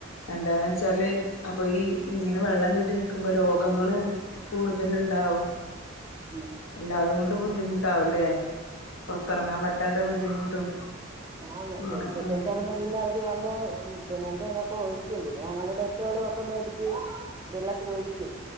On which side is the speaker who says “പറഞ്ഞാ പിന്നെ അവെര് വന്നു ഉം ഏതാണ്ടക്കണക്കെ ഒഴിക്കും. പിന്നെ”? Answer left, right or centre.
Right